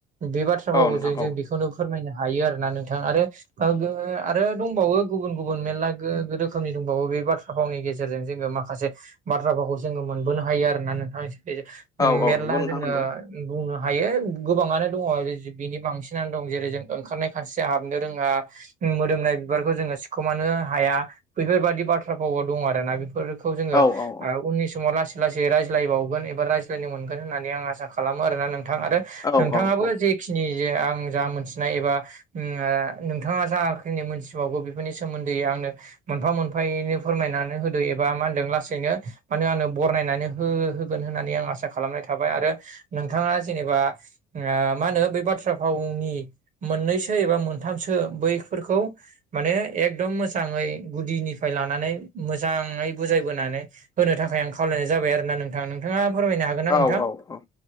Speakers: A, on the right; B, on the left.
A: बे बाथ्रा
B: औ
A: आव
B: नोंथां
A: ज जों
B: औ
A: बेखौनो फोरमायनो हायो आरो ना नोंथाङा आरो आरो दंबावो गुबुन गुबुन मेरला गो रोखोमनि दंबावो बे बाथ्रा फावनि गेजेरजों जोङो माखासे बाथ्रा भावखौ जोङो मोनबोनो हायो आरोना नोंथांनि जे
B: औ
A: मेरला
B: औ नंगौ नोंथां
A: जोङो
B: नंगौ
A: बुंनो हायो गोबाङानो दङ बिनि बांसिनानो दं जेरै जों ओंखारनाय खानस्रिया हाबनो रोङा मोदोमनाय बिबारखौ जोङो सिख'मानो हाया बेैफोरबादि बाथ्रा भावबो दङ आरो ना बेफोरो खौ जोङो
B: औ औ
A: उननि समाव ला लासै रायज्लायबावगोन एबा रायज्लायनो मोनगोन होननानै आं आसा खालामो आरोना नोंथां आरो
B: औ औ औ
A: जिखिनि जे आं जा मोनथिनाय एबा ओ नोंथाङा जाखिनि मोनथिबावगौ बेफोरनि सोमोन्दै आंनो मोनफा मोनफायैनो फोरमायनानै होदो एबा मा होनदों लासैनो मा बरनायनानै हो हो होगोन होननानै आं आसा खालामनाय थाबाय आरो नोंथाङा जेनेबा ओ मा होनो बै बाथ्रा फावनि मोननैसो एबा मोनथामसो बैफोरखौ माने एकदम मोजाङै गुदिनिफ्राय लानानै मोजाङै बुजायबोनानै होनो थाखाय आं खावलायनाय जाबाय आरो ना नोंथां नोंथाङा फोरमायनो हागो हागोना
B: औ
A: नोंथां
B: औ औ